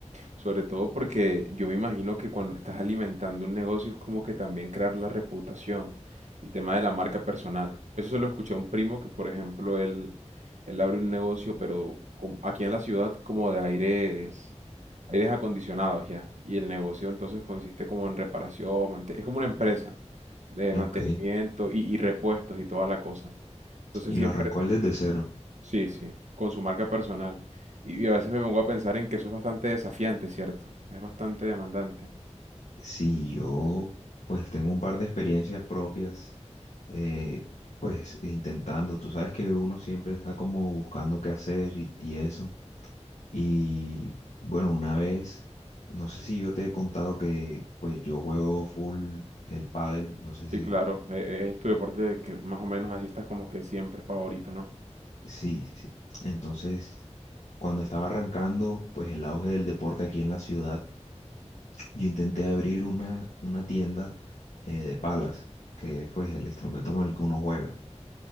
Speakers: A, on the right; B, on the left.
A: Sobre todo porque yo me imagino que cuando estás alimentando un negocio es como que también crear la reputación, el tema de la marca personal. Eso se lo escuché a un primo que, por ejemplo, él, él abre un negocio, pero como- aquí en la ciudad como de aires, aires acondicionados ya. Y el negocio entonces consiste como en reparación, mante- es como una empresa de mantenimiento
B: Ok,
A: y, y repuestos y toda la cosa. Entonces
B: y
A: siempre,
B: lo arrancó él desde cero.
A: Sí, sí, con su marca personal. Y y a veces me pongo a pensar en que eso es bastante desafiante, ¿cierto? Es bastante demandante.
B: Sí, yo pues tengo un par de experiencias propias, eh, pues intentando, tú sabes que uno siempre está como buscando qué hacer y, y eso. Y bueno, una vez, no sé si yo te he contado que pues yo juego full el pádel, no sé
A: Sí,
B: si,
A: claro, e- e- es tu deporte de que más o menos así estás como que siempre favorito, ¿no?
B: sí, sí. Entonces, cuando estaba arrancando pues el auge del deporte aquí en la ciudad, yo intenté abrir una, una tienda eh, de palas, que es pues el instrumento con el que uno juega.